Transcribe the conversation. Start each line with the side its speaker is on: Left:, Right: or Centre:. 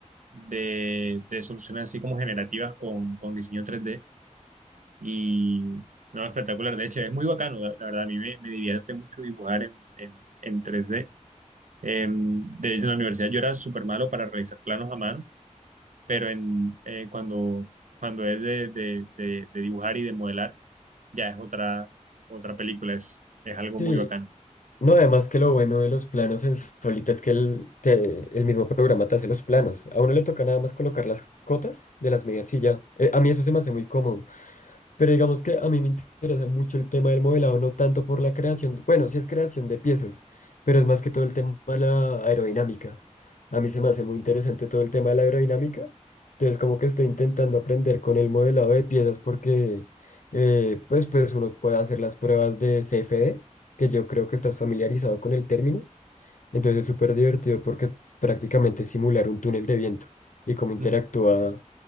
Right: de, de soluciones así como generativas con, con diseño tres d Y, no, espectacular. De hecho, es muy bacano, la, la verdad, a mí me, me divierte mucho dibujar en, en, en tres d Em, de hecho, en la universidad yo era súper malo para realizar planos a mano pero en, eh, cuando, cuando es de, de- de- de dibujar y de modelar, ya es otra, otra película, es, es algo
Left: Sí,
Right: muy bacano.
Left: No, además que lo bueno de los planos en Solita es que el, te- el mismo programa te hace los planos. A uno le toca nada más colocar las cotas de las medidas y ya. Eh, a mí eso se me hace muy cómodo. Pero digamos que a mí me interesa mucho el tema del modelado, no tanto por la creación, bueno, sí es creación de piezas, pero es más que todo el tema de la aerodinámica. A mí se me hace muy interesante todo el tema de la aerodinámica. Entonces, como que estoy intentando aprender con el modelado de piezas porque, eh, pues, pues uno puede hacer las pruebas de CFD, que yo creo que estás familiarizado con el término. Entonces, es súper divertido porque prácticamente es simular un túnel de viento y cómo interactúa
Right: Ujú.